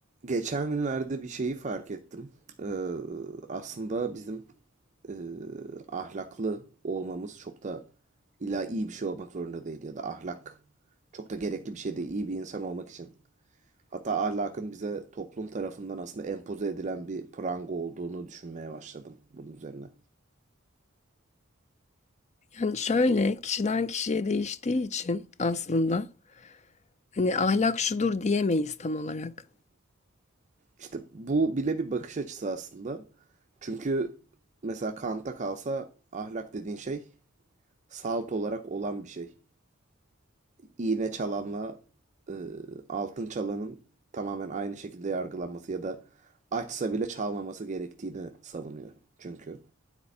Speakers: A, on the right; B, on the left.
A: Geçen günlerde bir şeyi fark ettim. Ee, aslında bizim e, ahlaklı olmamız çok da illa iyi bir şey olmak zorunda değil ya da ahlak çok da gerekli bir şey değil iyi bir insan olmak için. Hatta ahlakın bize toplum tarafından aslında empoze edilen bir pranga olduğunu düşünmeye başladım bunun üzerine.
B: Yani şöyle kişiden kişiye değiştiği için aslında hani ahlak şudur diyemeyiz tam olarak.
A: İşte bu bile bir bakış açısı aslında. Çünkü mesela Kant'a kalsa ahlak dediğin şey salt olarak olan bir şey. iğne çalanla e, altın çalanın tamamen aynı şekilde yargılanması ya da açsa bile çalmaması gerektiğini savunuyor çünkü.